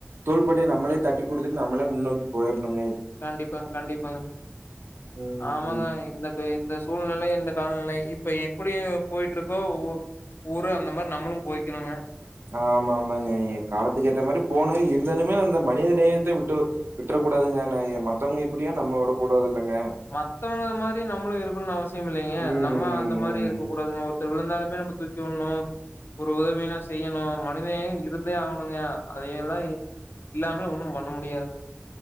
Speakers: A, on the right (about 75°); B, on the left (about 65°).
A: தோள்பட்டைய நம்ளே தட்டி குடுத்துட்டு நம்மளே முன்னோக்கி போயிறணுங்க
B: கண்டிப்பாங் கண்டிப்பாங்க
A: ம்
B: ஆமாங்க இந்த இந்த சூழ்நிலை இந்த காலநிலை இப்ப எப்டி போயிட்டு இருக்கோ உ ஊரு அந்த மாரி நம்முளு போய்கக்கணுங்க
A: ஆமா ஆமாங்க காலத்துக்கு ஏத்த மாரி போணு இருந்தாலுமே அந்த மனிதநேயத்த விட்டு விட்றக்கூடாதுங்க ந ஏ மத்தவங்க எப்டியோ நம்ம வுட கூடாதுல்லங்க
B: மத்தவங்களமாரி நம்ளு இருக்கணும்னு அவசியம் இல்லைங்க
A: ம்
B: நம்ம அந்த மாரி இருக்கக்கடாதுங்க ஒருத்தர் விழுந்தாலுமே நம்ம தூக்கி விட்ணும் ஒரு உதவினா செய்யணு மனிநேயோ இருந்தே ஆகணுங்க அதயெல்லா இல்லாமே ஒன்னு பண்ண முடியாதுங்க